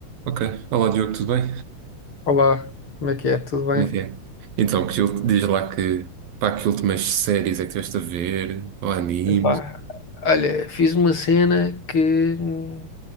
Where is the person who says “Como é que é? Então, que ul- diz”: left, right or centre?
Right